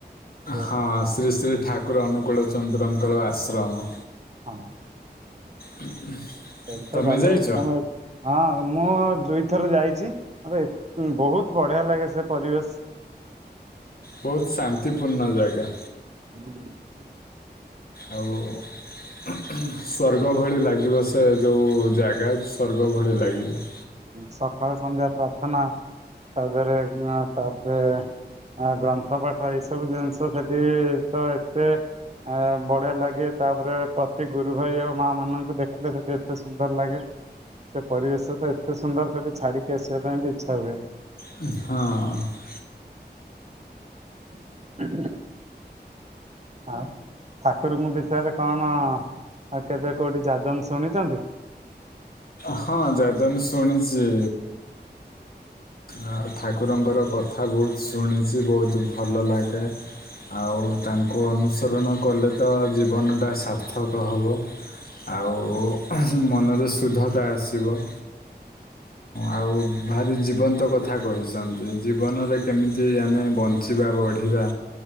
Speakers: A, on the right; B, on the left.
A: ଦେଓଘର।
B: ହଁ ଶ୍ରୀ ଶ୍ରୀ ଠାକୁର ଅନୁକୂଳ ଚନ୍ଦ୍ରଙ୍କର ଆଶ୍ରମ।
A: ହଁ <unintelligible>
B: <inaudible>
A: ସେଠି ତ ଗଲେ
B: ଯାଇଛ?
A: ଏକଦମ, ହଁ ମୁଁ ଦୁଇଥର ଯାଇଛି ମତେ ବହୁତ ବଢ଼ିଆ ଲାଗେ ସେ ପରିବେଶ।
B: ବହୁତ ଶାନ୍ତିପୂର୍ଣ୍ଣ ଜାଗା।
A: ହୁଁ ହୁ <unintelligible>
B: ଆଉ ସ୍ୱର୍ଗ ଭଳି ଲାଗିବ ସେ ଯୋଉ ଜାଗା ସ୍ୱର୍ଗ ଭଳି ଲାଗିବ।
A: ସକାଳେ ସନ୍ଧ୍ୟା ପ୍ରାର୍ଥନା ତାପରେ ଆ ତାପରେ, ଆ ଗ୍ରନ୍ଥ ପାଠ ଏଇ ସବୁ ଜିନିଷ ସେଠି ତ ଏତେ, ଆ ବଢିଆ ଲାଗେ ତାପରେ ପ୍ରତି ଗୁରୁ ଭାଇ ଆଉ ମା ମାନଙ୍କୁ ଦେଖିଲେ ସେଠି ଏତେ ସୁନ୍ଦର ଲାଗେ। ସେ ପରିବେଶ ତ ଏତେ ସୁନ୍ଦର ସେଠି ଛାଡିକି ଆସିବା ପାଇଁ ବି ଇଚ୍ଛା ହୁଏନି।
B: ହଁ
A: <unintelligible> ହଁ <unintelligible> ଠାକୁରଙ୍କ ବିଷୟରେ କଣ କେବେ କୋଉଠି ଯାଜନ ଶୁଣିଛନ୍ତି?
B: ହଁ ଯାଜନ ଶୁଣିଛି। ଆଉ ଠାକୁରଙ୍କର କଥା ବହୁତ ଶୁଣିଛି ବହୁତ ଭଲ ଲାଗେ। ଆଉ ତାଙ୍କୁ ଅନୁସରଣ କଲେ ତ ଜୀବନଟା ସାର୍ଥକ ହବ। ଆଉ ମନରେ ଶୁଦ୍ଧତା ଆସିବ।
A: <inaudible>
B: ଆଉ ଭାରି ଜୀବନ୍ତ କଥା କହିଛନ୍ତି ଜୀବନରେ କେମିତି ଆମେ ବଞ୍ଚି ଞ୍ଚିବା ବଢ଼ିବା